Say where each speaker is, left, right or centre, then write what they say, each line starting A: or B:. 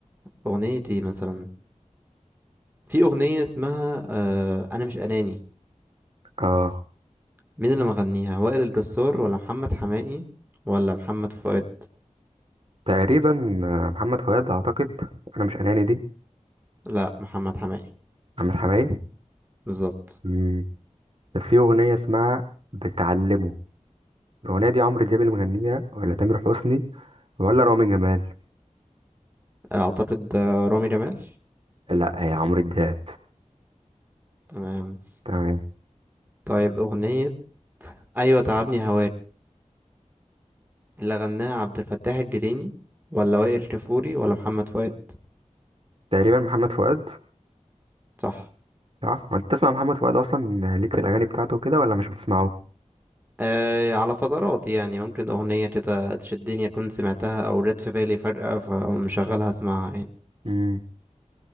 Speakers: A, on the right (about 15°); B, on the right (about 45°).
A: أغنية ايه مثلا في أغنية اسمها آه أنا مش أناني
B: اه
A: مين اللي مغنيها وائل الجسار ولا محمد حماقي ولا محمد فؤاد
B: تقريبا آه، محمد فؤاد اعتقد انا مش اناني دي
A: لا محمد حماقي
B: محمد حماقي
A: بالظبط
B: مم. كان في أغنية اسمها بتعلمه الأغنية دي عمرو دياب اللي مغنيها ولا تامر حسني ولا رامي جمال
A: اعتقد آه، رامي جمال
B: لا هي عمرو دياب
A: تمام
B: تمام
A: طيب اغنية ايوه تعبني هواك اللي غناها عبد الفتاح الجريني ولا وائل كفوري ولا محمد فؤاد
B: تقريبا محمد فؤاد
A: صح
B: صح هو انت تسمع محمد فؤاد اصلا ليك في الاغاني بتاعته كده ولا مش بتسمعه
A: أه على فترات يعني ممكن أغنية كده تشدني أكون سمعتها أو جت في بالي فجأة فمشغلها أسمعها يعني
B: امم